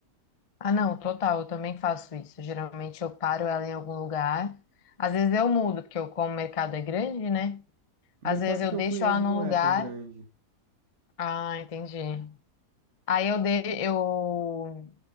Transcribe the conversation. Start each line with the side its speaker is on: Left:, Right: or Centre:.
Left: Ah, não, total, eu também faço isso. Geralmente eu paro ela em algum lugar. Às vezes eu mudo, porque eu, como o mercado é grande, né?
Right: O
Left: Às
Right: mercado
Left: vezes eu
Right: que
Left: deixo
Right: eu fui hoje
Left: ela num
Right: não
Left: lugar.
Right: é tão grande.
Left: Ah, entendi. Aí eu, de... eu